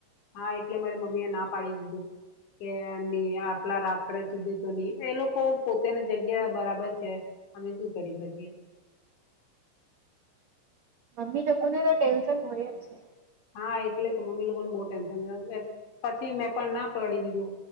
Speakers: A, on the left (about 70°); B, on the right (about 80°).
A: હા એટલે મારી મમ્મી એ ના પાડી દીધું કેની આટલા રાત્રે સુધી તો નહી એ લોકો પોતેની જગ્યા બરાબર છે અમે શું કરી શકીએ
B: મમ્મી લોકોને તો ટેન્શન હોય જ છે
A: હા એટલે તો મમ્મી લોકોને બહુ ટેન્શન પછી મેં પણ ના પકડી દીધું